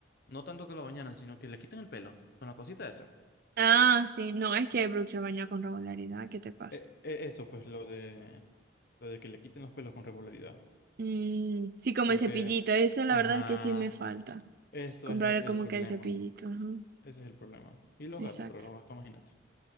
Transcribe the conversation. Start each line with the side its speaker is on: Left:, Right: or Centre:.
Left: No tanto que lo bañaran, sino que le quiten el pelo con la cosita esa.
Right: Ah, sí, no, es que Brooke se baña con regularidad, ¿qué te pasa?
Left: E- e- Eso, pues lo de lo de que le quiten los pelos con regularidad.
Right: Mm, sí, como
Left: Porque,
Right: el cepillito, eso la
Left: ajá,
Right: verdad es que sí me falta.
Left: eso
Right: Comprarle
Left: es lo que
Right: como
Left: el problema.
Right: que el cepillito, ajá,
Left: Ese es el problema. Y los
Right: Exacto.
Left: gatos, pero los gatos, imagínate.